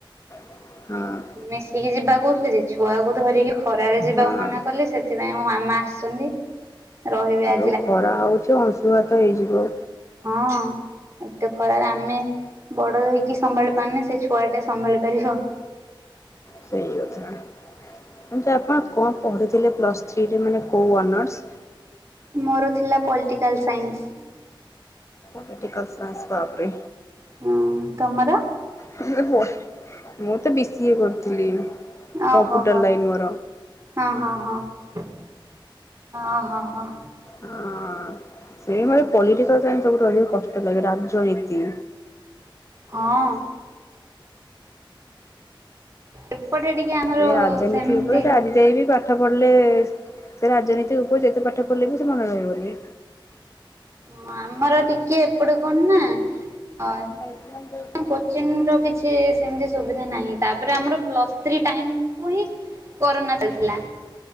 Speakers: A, on the left (about 35°); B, on the right (about 30°).
A: ହଁ।
B: ମିଶିକି ଯିବା କହୁଥିଲେ ଯେ, ଛୁଆକୁ ଧରିକି ଖରାରେ ଯିବାକୁ
A: ହଁ।
B: ମନା କଲେ ସେଥିପାଇଁ ମୋ ମାମା ଆସିଛନ୍ତି। ରହିବେ ଆ
A: ଯୋଉ ଖରା ହଉଛି ଅଂଶୁଘାତ ହେଇଯିବ।
B: ହଁ। ଏତେ ଖରାରେ ଆମେ ବଡ ହେଇକି ସମ୍ଭାଳି ପାରୁନେ, ସେ ଛୁଆଟା ସମ୍ଭାଳି ପାରିବ।
A: ସେଇ କଥା, କିନ୍ତୁ ଆପଣ କଣ ପଢ଼ୁଥିଲେ ପ୍ଲସ୍ ଥ୍ରୀରେ ମାନେ କୋଉ ଅନର୍ସ?
B: ମୋର ଥିଲା ପଲିଟିକାଲ୍ ସାଇନ୍ସ।
A: ପଲଟାକାଲ ସାଇନ୍ସ ବାବରେ।
B: ହଁ ତମର?
A: <unintelligible> ମୁଁ ତ ବି ସିଏ କରିଥିଲି।
B: ଓହୋ
A: କମ୍ପ୍ୟୁଟର
B: ହୋ।
A: ଲାଇନ୍ ମୋର।
B: ହଁ, ହଁ, ହଁ, ଓ ହୋ, ହୋ।
A: ହଁ ସେଇ ଭଳି ପଲିଟିକାଲ୍ ସାଇନ୍ସ ସବୁଠୁ ଅଧିକ କଷ୍ଟ ଲାଗେ ରାଜନୀତି।
B: ହଁ। ଏପଟେ ଟିକେ ଆମର
A: ଏ ରାଜନୀତି
B: ସେମତି
A: ଉପରେ ଆଜି ସେ ବି ପାଠ ପଢିଲେ ସେ ରାଜନୀତି ଉପରେ ଯେତେ ପାଠ ପଢ଼ିଲେ ବି ସେ ମନେ ରହିବନି।
B: ହଁ ଆମର ଟିକେ ଏପଟେ କଣ ନା ଅ,
A: <inaudible>
B: କୋଚିଂ ର କିଛି ସେମିତି ସୁବିଧା ନାହିଁ, ତାପରେ ଆମର ପ୍ଲସ୍ ଥ୍ରୀ ଟାଇମ୍ କୁ ହିଁ କରୋନା ଚାଲିଥିଲା